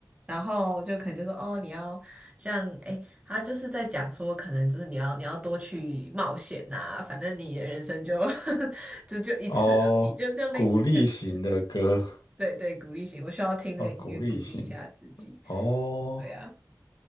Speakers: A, on the right; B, on the left.
A: 然后就可能就说哦，你要像哎，他就是在讲说，可能就是你要你要多去冒险呐、反正你的人生就 <laughs> 就就一次而已，
B: 哦，
A: 就就类似像这样。
B: 鼓励型的歌
A: 对对，鼓励型，我需要听那个音乐鼓励一下自己。
B: 啊，鼓励型哦。
A: 对啊，